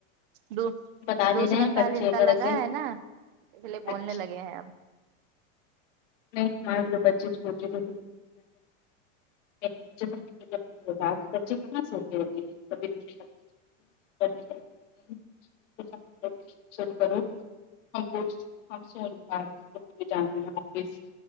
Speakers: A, on the right; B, on the left.
A: دو
B: بتا
A: دوسرا
B: دے رہے ہیں
A: سال
B: بچے
A: ان
B: اگر
A: کا لگا
B: ایسے
A: ہے نا اس لیے بولنے
B: اچھے
A: لگے ہیں اب
B: نہیں ہمارے جو بچے چھوٹے چھوٹے <unintelligible> <unintelligible> <unintelligible> بھی جان آفس